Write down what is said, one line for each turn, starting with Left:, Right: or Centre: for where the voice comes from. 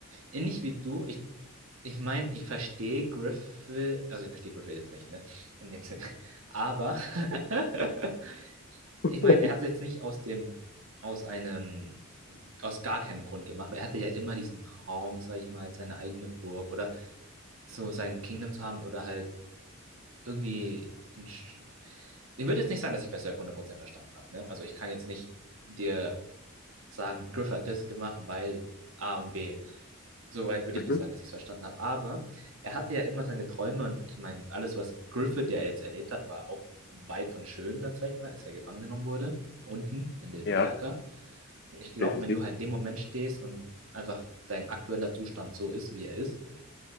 Right: ähnlich wie du, ich Ich meine, ich verstehe Griffith, also ich verstehe Griffith jetzt nicht, ne? In dem Sinne. Aber <laughs>
Left: <laughs>
Right: ich meine, er hat es jetzt nicht aus dem, aus einem, aus gar keinem Grund gemacht. Er hatte ja immer diesen Traum, sag ich mal, seine eigene Burg oder so sein Kingdom zu haben oder halt irgendwie. In Sch- ich würde jetzt nicht sagen, dass ich besser 100% verstanden habe, ne? Also ich kann jetzt nicht dir sagen, Griffith hat das gemacht, weil A und B. Soweit würde
Left: Mhm.
Right: ich nicht sagen, dass ich es verstanden habe. Aber er hatte ja immer seine Träume und ich meine, alles, was Griffith ja jetzt erlebt hat, war auch weit von schön, dann sag ich mal, als er gefangen genommen wurde, unten in dem
Left: Ja,
Right: Kerker. Und ich glaube,
Left: definitiv.
Right: wenn du halt in dem Moment stehst und einfach dein aktueller Zustand so ist, wie er ist,